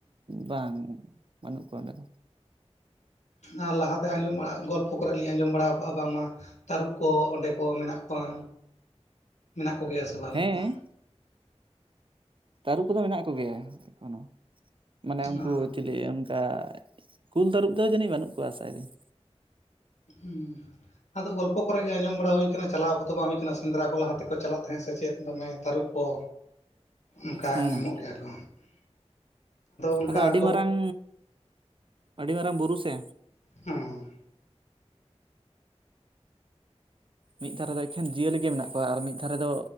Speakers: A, on the right; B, on the left.
A: ᱵᱟᱝ ᱵᱟᱹᱱᱩᱜ ᱠᱚᱣᱟ ᱚᱸᱰᱮ ᱫᱚ
B: ᱟᱨ ᱞᱟᱦᱟᱛᱮ ᱟᱸᱡᱚᱢ ᱵᱟᱲᱟᱣ ᱜᱚᱞᱯᱷᱚ ᱠᱚᱨᱮ ᱞᱤᱧ ᱟᱸᱡᱚᱢ ᱵᱟᱲᱟ ᱠᱟᱜᱼᱟ ᱵᱟᱝᱢᱟ ᱛᱟᱹᱨᱩᱵᱽ ᱠᱚ ᱚᱸᱰᱮ ᱠᱚ ᱢᱮᱱᱟᱜ ᱠᱚᱣᱟ ᱢᱮᱱᱟᱜ ᱠᱚᱜᱮᱭᱟ ᱥᱮ ᱵᱟᱹᱱᱩᱜ
A: ᱦᱮᱸ
B: ᱠᱚᱣᱟ
A: ᱛᱟᱹᱨᱩᱵ ᱠᱚᱫᱚ ᱢᱮᱱᱟᱜ ᱠᱚᱜᱮᱭᱟ ᱮᱠᱷᱚᱱᱳ ᱢᱟᱱᱮ ᱩᱱᱠᱩ
B: ᱚ
A: ᱪᱤᱞᱤ ᱚᱱᱠᱟ ᱠᱩᱞ ᱛᱟᱹᱨᱩᱵ ᱫᱚ ᱡᱟᱹᱱᱤᱡ ᱵᱟᱹᱱᱩᱜ ᱠᱚᱣᱟ ᱟᱥᱟᱭ ᱫᱤᱧ
B: ᱦᱩᱸ ᱟᱫᱚ ᱜᱚᱞᱯᱚ ᱠᱚᱨᱮᱜ ᱜᱮ ᱟᱸᱡᱚᱢ ᱵᱟᱲᱟ ᱦᱩᱭ ᱟᱠᱟᱱᱟᱱᱟ ᱪᱟᱞᱟᱣ ᱠᱚᱫᱚ ᱵᱟᱝ ᱦᱩᱭ ᱠᱟᱱᱟ ᱥᱮᱸᱫᱽᱨᱟ ᱠᱚ ᱞᱟᱦᱟ ᱛᱮᱠᱚ ᱪᱟᱞᱟᱜ ᱛᱟᱦᱮᱸᱜ ᱥᱮ ᱪᱮᱫ ᱫᱚᱢᱮ ᱛᱟᱹᱨᱩᱵᱽ ᱠᱚ ᱚᱱᱠᱟ
A: ᱦᱮᱸ
B: ᱧᱟᱢᱚᱜ ᱜᱮᱭᱟ ᱠᱚ ᱚᱱᱠᱟ
A: ᱟᱫᱚ ᱟᱹᱰᱤ
B: ᱠᱚ
A: ᱢᱟᱨᱟᱝ ᱟᱹᱰᱤ ᱢᱟᱨᱟᱝ ᱵᱩᱨᱩ ᱥᱮ
B: ᱦᱮᱸ
A: ᱢᱤᱫ ᱫᱷᱟᱨᱮ ᱫᱚ ᱮᱠᱷᱮᱱ ᱡᱤᱭᱟᱹᱞᱤ ᱜᱮ ᱢᱮᱱᱟᱜ ᱠᱚᱣᱟ ᱟᱨ ᱢᱤᱫ ᱫᱷᱟᱨᱮ ᱫᱚ